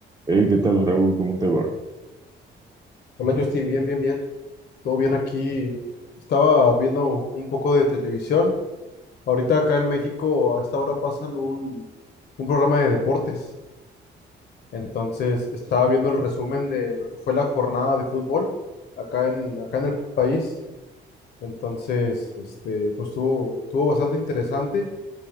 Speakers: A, on the right; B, on the left.
A: Hey, ¿qué tal, Raúl? ¿Cómo te va?
B: Hola Justin, bien, bien, bien. Todo bien aquí. Estaba viendo un poco de televisión. Ahorita acá en México a esta hora pasan un, un programa de deportes. Entonces estaba viendo el resumen de lo que fue la jornada de fútbol acá en, acá en el país. Entonces, este, pues estuvo, estuvo bastante interesante.